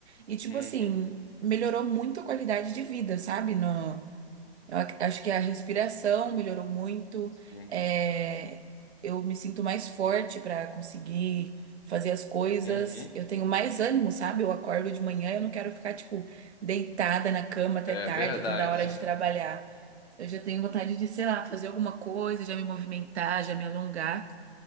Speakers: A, on the right; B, on the left.
A: E, tipo
B: uhum,
A: assim, melhorou muito a qualidade de vida, sabe? No, Eu ac- acho que a respiração melhorou muito.
B: sim,
A: é, eu me sinto mais forte para conseguir fazer as coisas.
B: uhum.
A: Eu tenho mais ânimo, sabe? Eu acordo de manhã, eu não quero ficar, tipo, deitada na cama até
B: É
A: tarde,
B: verdade.
A: até da hora de trabalhar. Eu já tenho vontade de, sei lá, fazer alguma coisa, já me movimentar, já me alongar.